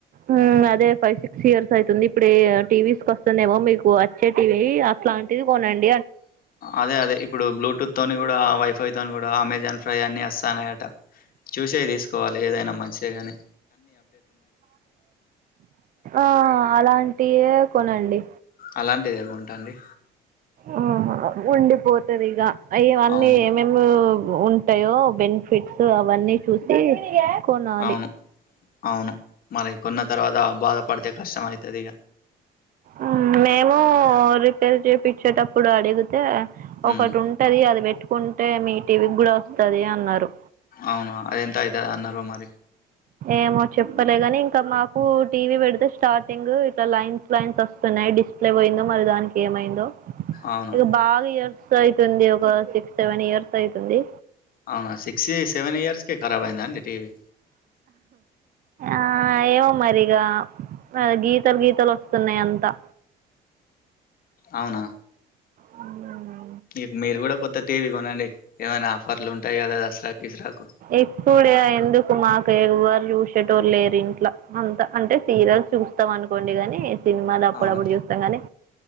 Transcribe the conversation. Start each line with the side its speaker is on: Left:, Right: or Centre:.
Right: ఊ అదే ఫైవ్ సిక్స్ ఇయర్స్ అయితుంది ఇప్పుడే టీవీస్ కొస్తుందేమో మీకు వచ్చే టీవీ అట్ల టిది కొనన్
Left: అదే అదే ఇప్పుడు బ్లూటూత్ తోని గూడా వైఫై తోని గూడా అమెజాన్ ప్రై అన్ని అస్తాన్నయట చూషే దీస్కోవాలె ఏదైన మంచిగ గని
Right: ఆ అలాంటియే కొనండి
Left: అలాంటిదే గొంట అండి
Right: ఆహా ఉండిపోతదిగ ఆ యివన్నీ
Left: అవును
Right: మేమూ ఉంటయో బెనిఫిట్స్ అవన్నీ చూసీ కొనాలి
Left: అవును అవును మరి కొన్న తర్వాతా బాధపడితే కష్టమయితదిగ
Right: ఊ మేమూ రిపేర్ చేపిచ్చేటప్పుడు అడుగు తే
Left: ఉమ్
Right: ఒకటుంటది అది బెట్టుకుంటే మీ టీవీగ్గుడా ఒస్తదీ అన్నారు
Left: అవునా అదెంత అయితదన్నరో మరి
Right: ఏమో చెప్పలేగనీ ఇంక మాకూ టీవీ బెడితే స్టార్టింగూ ఇట్ల లైన్స్ లైన్స్ ఒస్తుండె డిస్ప్లే వోయిందో మరి దానికేమైందో
Left: అవునా
Right: ఇగ బాగియర్స్ అయితుంది ఒక సిక్స్ సెవెన్ ఇయర్స్ అయితుంది
Left: అవునా సిక్స్ సెవెన్ ఇయర్స్ కే కరాబ్ అయిందా అండి టీవీ
Right: ఆ ఏమో మరిగా ఆ గీతలు గీతలొస్తున్నయ్ అంతా
Left: అవునా
Right: ఊ
Left: ఇగ మీరు గూడ కొత్త టీవీ గొనండి ఏమైనా ఆఫర్లుంటయ్ గదా దసరా గిసరాకు
Right: ఎప్పుడే ఎందుకు మాకు ఎగువారు చూసేటోల్లేరు ఇంట్లో అంతా అంటే సీరియల్స్ చూస్తాం అనుకోండి ని సినిమాలు అప్పుడప్పుడు
Left: అవునా
Right: చూస్తాం కానీ